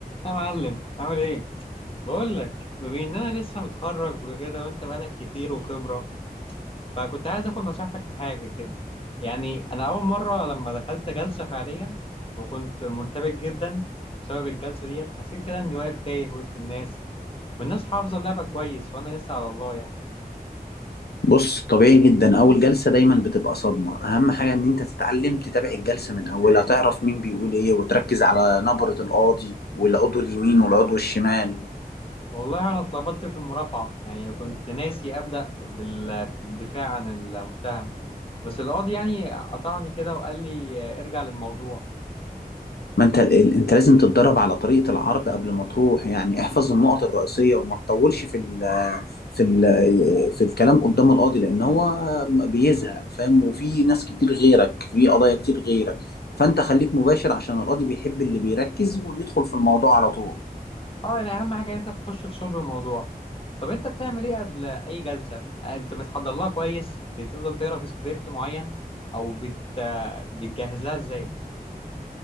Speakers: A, on the left; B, on the left.
A: يا معلم عامل ايه؟ بقول لك بما ان انا لسه متخرج وكده وانت بقالك كتير وخبره فكنت عايز اخد نصيحتك في حاجه كده يعني انا اول مره لما دخلت جلسه فعليا وكنت مرتبك جدا بسبب الجلسه ديت حسيت كده اني واقف تايه وسط الناس والناس حافظه اللعبه كويس وانا لسه على الله يعني
B: بص طبيعي جدا اول جلسه دايما بتبقى صدمه اهم حاجه ان انت تتعلم تتابع الجلسه من اولها تعرف مين بيقول ايه وتركز على نبره القاضي والعضو اليمين والعضو الشمال
A: والله انا اتلخبطت في المرافعه يعني كنت ناسي ابدا بال- بالدفاع عن المتهم بس القاضي يعني قطعني كده وقال لي ارجع للموضوع
B: ما انت ال- انت لازم تتدرب على طريقه العرض قبل ما تروح يعني احفظ النقط الرئيسيه وما تطولش في ال في ال في الكلام قدام القاضي لان هو بيزهق فاهم وفي ناس كتير غيرك في قضايا كتير غيرك فانت خليك مباشر عشان القاضي بيحب اللي بيركز وبيدخل في الموضوع على طول
A: اه يعني اهم حاجه إن انت تخش في صلب الموضوع طب انت بتعمل ايه قبل اي جلسه آه، انت بتحضر لها كويس بتفضل تقرا في سكريبت معين او بت... بتجهز لها ازاي